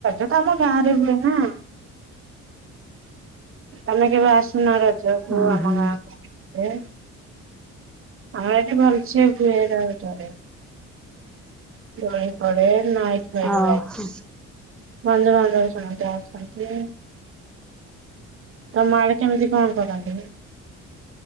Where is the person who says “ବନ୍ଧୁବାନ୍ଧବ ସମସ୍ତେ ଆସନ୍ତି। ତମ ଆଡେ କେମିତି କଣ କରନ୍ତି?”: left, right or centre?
Right